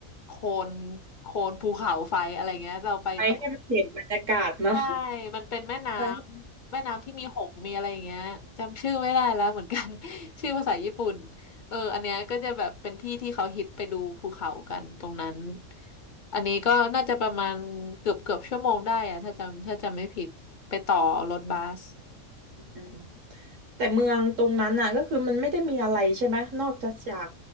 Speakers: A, on the left; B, on the right.
A: โคนโคนภูเขาไฟอะไรเงี้ย เราไปตรง
B: ไปให้มันเห็นบรรยากาศเนาะ
A: ใช่มันเป็นแม่น้ำแม่น้ำที่มีหงส์มีอะไรอย่างเงี้ยจำชื่อไม่ได้แล้วเหมือนกัน
B: ใช่
A: <laughs> ชื่อภาษาญี่ปุ่นเอออันเนี้ยก็จะแบบเป็นที่ที่เขาฮิตไปดูภูเขากันตรงนั้นอันนี้ก็น่าจะประมาณเกือบเกือบชั่วโมงได้อะถ้าจำถ้าจำไม่ผิดไปต่อรถบัส
B: อืมแต่เมืองตรงนั้นน่ะก็คือมันไม่ได้มีอะไรใช่ไหมนอกจากจาก